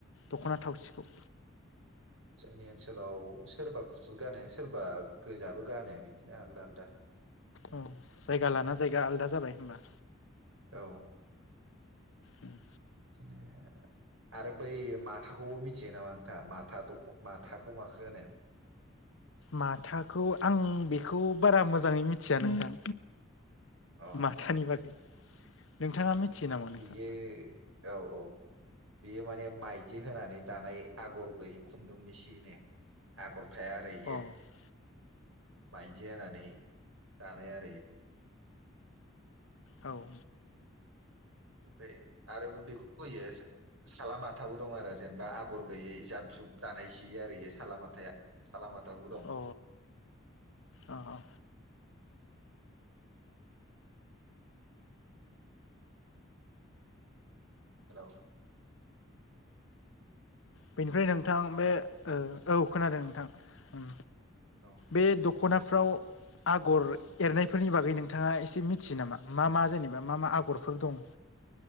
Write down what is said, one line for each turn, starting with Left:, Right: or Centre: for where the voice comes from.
Left: दख'ना
Right: औ
Left: थावसिखौ
Right: जोंनि ओनसोलाव सोरबा गुफुर गानो सोरबा गोजाबो गानो बिदिनो आलदा आलदा।
Left: औ जायगा लाना जायगा आलादा जाबाय होमबा।
Right: औ।
Left: उम।
Right: <unintelligible> आरो बै माथाखौबो मिथियो नामा नोंथाङा माथा दख माथाखौ माखो होनो? <inaudible>
Left: माथाखौ आं बेखौ बारा मोजाङै मिथिया नोंथां।
Right: अ
Left: माथानि बागै नोंथाङा मिथियो नामा नोंथां
Right: बियो औ औ बियो माने माइदि होनानै दानाय आगर गैयि खुन्दुंनि सिनो आगर थाया आरो इयो
Left: अ औ
Right: माइदि होनानै दानाय आरो
Left: औ।
Right: एफाय आरोबो बेखौ होयो साला माथाबो दं आरो जेनेबा आगर गैयै जाब जुब दानाय जि आरो इयो सालामाथाया सालामाथाबो दं।
Left: औ अ अ।
Right: हेलौ ।
Left: बेनिफ्राय नोंथां बे ओ औ खोनादों नोंथां उम।
Right: नोंथां औ
Left: बे दख'नाफ्राव आगर एरनायफोरनि बागै नोंथाङा एसे मिथियो नामा मा मा जेनेबा मा मा आगरफोर दं?